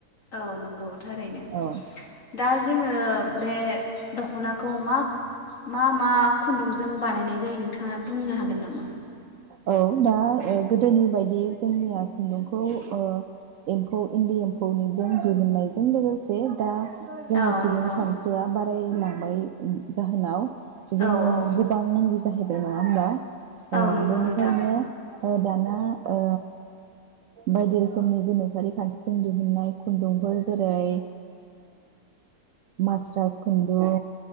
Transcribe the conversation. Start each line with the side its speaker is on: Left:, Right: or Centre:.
Left: औ नंगौ थारैनो
Right: औ
Left: दा जोङो बे दख'नाखौ मा मा मा खुन्दुंजों बानायनाय जायो नोंथाङा बुंनो हागोन नामा?
Right: औ दा गोदोनि बायदि जोंनिया खुन्दुंखौ ओ एम्फौ इन्दि एम्फौनिजों दिहुननायजों लोगोसे दा जोंहा
Left: औ
Right: सुबुं
Left: नंगौ
Right: सानखोआ बारा बारायलांबाय जाहोनाव जोङो
Left: औ औ
Right: गोबां नांगौ जाहैबाय ना <unintelligible> ओ
Left: औ नंगौ
Right: बेनिखायनो
Left: नोंथां
Right: ओ दाना ओ बायदि रोखोमनि गोनोखोआरि खान्थिजों दिहुन्नाय खुन्दुंफोर जेरै मास्रास खुन्दुं